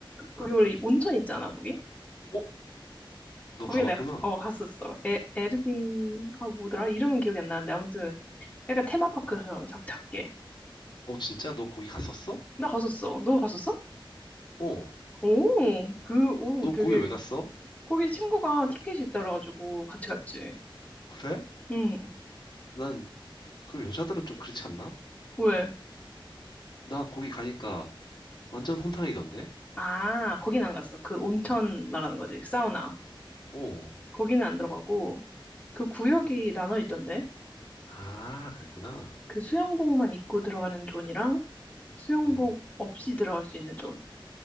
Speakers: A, on the left; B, on the left.
A: 거기 원래 온천 있잖아, 거기.
B: 어, 너
A: 거기
B: 가봤구나.
A: 내가 어 갔었어. 에, 에르딩 아 뭐더라? 이름은 기억이 안 나는데 아무튼 약간 테마파크처럼 작 작게.
B: 어, 진짜 너 거기 갔었어?
A: 나 갔었어. 너 갔었어?
B: 어,
A: 오, 그, 오,
B: 너
A: 되게
B: 거기 왜 갔어?
A: 거기 친구가 티켓이 있더라가지고 같이 갔지.
B: 그래?
A: 응.
B: 난 그 여자들은 좀 그렇지 않나?
A: 왜?
B: 나 거기 가니까 완전 혼탕이던데.
A: 아, 거긴 안 갔어. 그 온천 말하는 거지. 사우나.
B: 어,
A: 거기는 안 들어가고 그 구역이 나눠 있던데.
B: 아, 그랬구나.
A: 그 수영복만 입고 들어가는 존이랑 수영복
B: 응,
A: 없이 들어갈 수 있는 존.